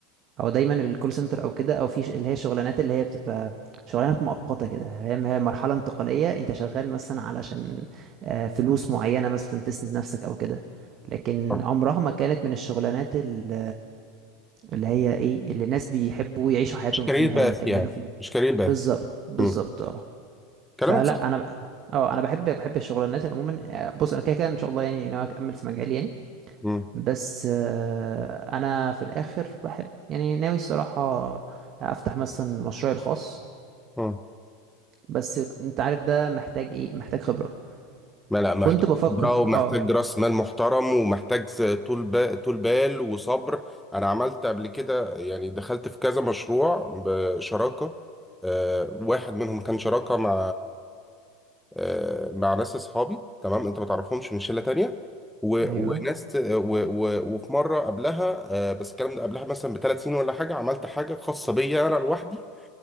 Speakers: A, on the right (about 45°); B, in the centre.
A: هو دايما الكول سنتر او كده او في ش- اللي هي الشغلانات اللي هي بتبقى شغلانات مؤقته كده فاهم هي مرحله انتقاليه انت شغال مثلا علشان آه، فلوس معينه مثلا تسند نفسك او كده لكن
B: صح
A: عمرها ما كانت من الشغلانات ال اللي هي ايه اللي الناس بيحبوا يعيشوا حياتهم
B: مش كارير
A: فيها
B: باث
A: يكملوا
B: يعني
A: فيها
B: مش كارير باث
A: بالظبط بالظبط
B: مم.
A: اه فلا
B: كلامك صح
A: انا بقى اه انا بحب بحب الشغلانات عموما آه، بص انا كده كده ان شاء الله يعني ناوي اكمل في مجالي يعني
B: مم.
A: بس آه، انا في الاخر بحب يعني ناوي الصراحه افتح مثلا مشروعي الخاص
B: مم.
A: بس انت عارف ده محتاج ايه محتاج خبره
B: ما لا محتاج
A: كنت بفكر
B: خبرة ومحتاج
A: اه
B: راس مال محترم ومحتاج س- طول بال طول بال وصبر انا عملت قبل كده يعني دخلت في كذا مشروع بشراكة آه، واحد منهم كان شراكة مع آه، مع ناس اصحابي تمام انت ما تعرفهمش من شلة تانية و-
A: ايوه
B: وناس ت- و- و- وفي مرة قبلها آه، بس الكلام ده قبلها مثلا بثلاث سنين ولا حاجة عملت حاجة خاصة بيا انا لوحدي